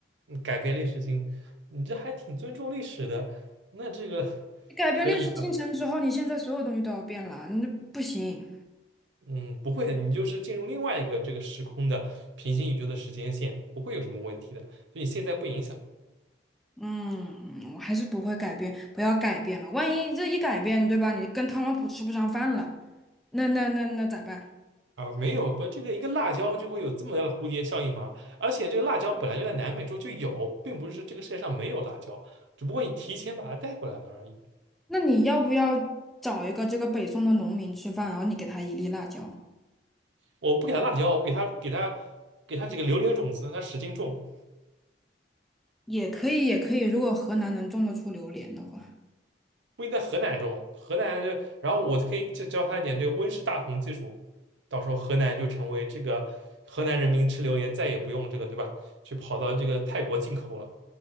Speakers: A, on the right; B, in the centre.
A: 你改变历史经，你这还挺尊重历史的，那这个
B: 你改变历史进程之后，
A: 可以的，
B: 你现在所有东西都要变了，那不行。
A: 嗯，不会，你就是进入另外一个这个时空的平行宇宙的时间线，不会有什么问题的，所以你现在不影响。
B: 嗯，我还是不会改变，不要改变了。万一这一改变，对吧？你跟特朗普吃不上饭了，那那那那咋办？
A: 啊，没有不，这个一个辣椒就会有这么大的蝴蝶效应吗？而且这个辣椒本来就在南美洲就有，并不是这个世界上没有辣椒，只不过你提前把它带过来了而已。
B: 那你要不要找一个这个北宋的农民吃饭，然后你给他一粒辣椒，
A: 我不给他辣椒，我给他给他给他几个榴莲种子，让它使劲种。
B: 也可以，也可以。如果河南能种得出榴莲的话，
A: 不一定在河南种，河南就，然后我可以教教他一点这个温室大棚技术，到时候河南就成为这个河南人民吃榴莲再也不用这个对吧？去跑到这个泰国进口了，